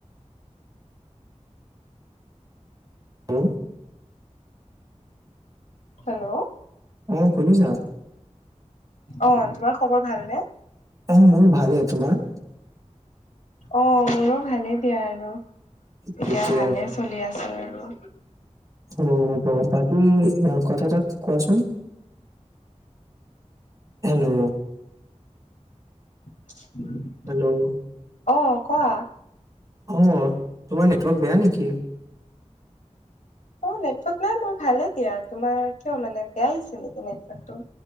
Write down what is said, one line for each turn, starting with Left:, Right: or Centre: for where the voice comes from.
Right: হম।
Left: হেল্ল'?
Right: অ', শুনিছা?
Left: অ', তোমাৰ খবৰ ভালনে?
Right: অ', মোৰ ভালেই, তোমাৰ?
Left: অ', মোৰো ভালে দিয়া আৰু এতিয়া
Right: ঠিকে
Left: ভালে চলি আছো আৰু।
Right: অ', হ'ব বাকী কথা এটা কোৱাচোন? হেল্ল'?
Left: <unintelligible>
Right: হেল্ল'?
Left: অ', কোৱা।
Right: অ', তোমাৰ নেটৱৰ্ক বেয়া নেকি?
Left: অ', নেটৱৰ্ক নাই, মোৰ ভালে দিয়া, তোমাৰ কিয় মানে বেয়া আহিছে নেকি নেটৱৰ্কটো?